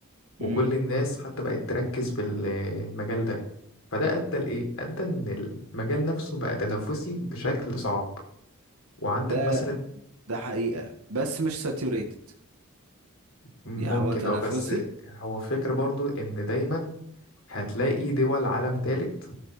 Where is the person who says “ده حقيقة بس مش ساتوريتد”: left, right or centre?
Right